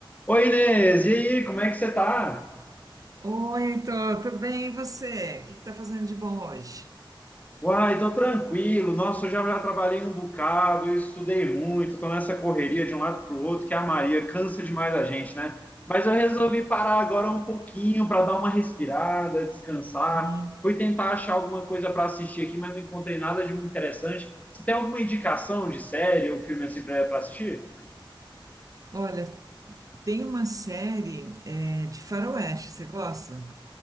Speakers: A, on the left (about 20°); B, on the right (about 40°).
A: Oi, Inês, e aí, como é que você tá?
B: Oi, Heitor, tudo bem? E você? O que está fazendo de bom hoje?
A: Uai, tô tranquilo. Nossa, eu já, já trabalhei um bocado, eu estudei muito, tô nessa correria de um lado pro outro, que a Maria cansa demais a gente, né? Mas eu resolvi parar agora um pouquinho para dar uma respirada, descansar.
B: Uhum.
A: Fui tentar achar alguma coisa para assistir aqui, mas não encontrei nada de muito interessante. Você tem alguma indicação de série ou filme assim pra, pra assistir?
B: Olha, tem uma série eh, de faroeste, você gosta?